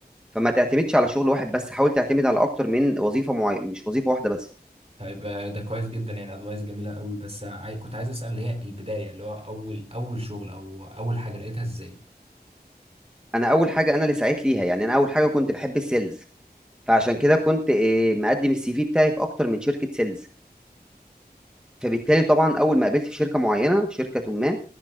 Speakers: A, in the centre; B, on the right.
A: فما تعتمدش على شغل واحد بس حاول تعتمد على اكتر من وظيفه معينه مش وظيفه واحده بس
B: طيب آه، ده كويس جدا يعني ادفايس جميله قوي بس آه، عاي- كنت عايز اسال اللي هي البدايه اللي هو اول اول شغل او اول حاجه لقيتها ازاي
A: انا اول حاجه انا اللي سعيت ليها يعني انا اول حاجه كنت بحب السيلز فعشان كده كنت آه، مقدم السي في بتاعي في اكتر من شركه سيلز فبالتالي طبعا اول ما قابلت في شركه معينه في شركه ما